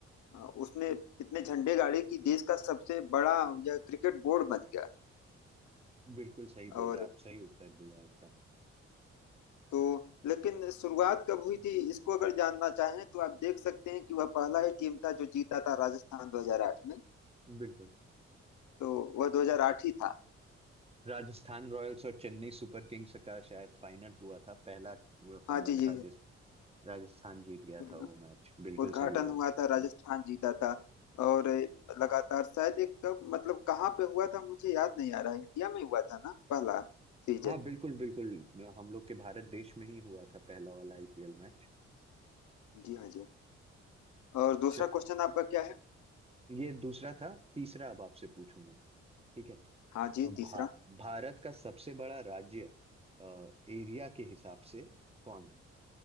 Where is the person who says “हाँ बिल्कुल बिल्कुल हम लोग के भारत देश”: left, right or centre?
Right